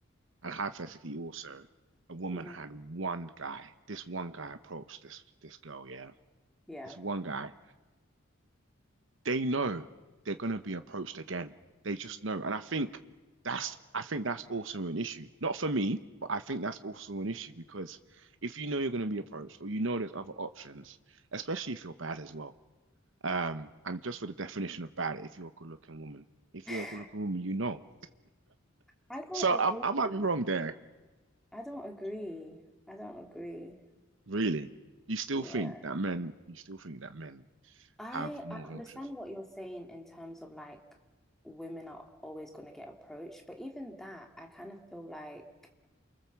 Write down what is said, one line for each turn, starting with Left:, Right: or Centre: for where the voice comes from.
Right: and hypothetically, also, a woman
Centre: hmm
Right: had one guy. This one guy approached this this girl. Yeah,
Centre: yeah.
Right: this one guy. They know they're gonna be approached again. They just know. And I think that's I think that's also an issue. Not for me, but I think that's also an issue because if you know you're gonna be approached or you know there's other options, especially if you're bad as well. Um, and just for the definition of bad, if you're a good-looking woman, if
Centre: <laughs>
Right: you're a good-looking woman, you know.
Centre: I don't
Right: So
Centre: agree.
Right: I, I might be wrong there
Centre: I don't agree. I don't agree.
Right: Really? You still
Centre: Yeah.
Right: think that men, you still think that men
Centre: I
Right: have more
Centre: I
Right: of
Centre: understand
Right: an options?
Centre: what you're saying in terms of like women are always going to get approached, but even that, I kind of feel like